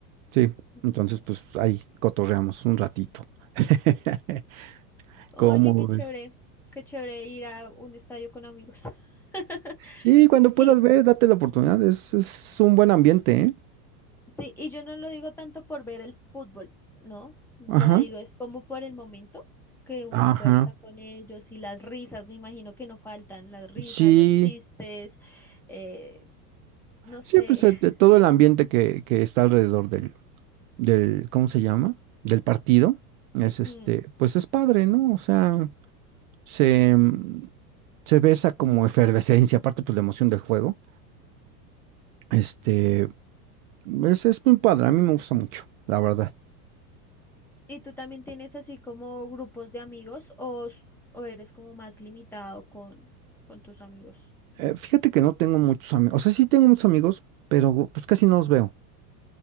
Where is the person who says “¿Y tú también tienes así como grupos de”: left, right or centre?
Centre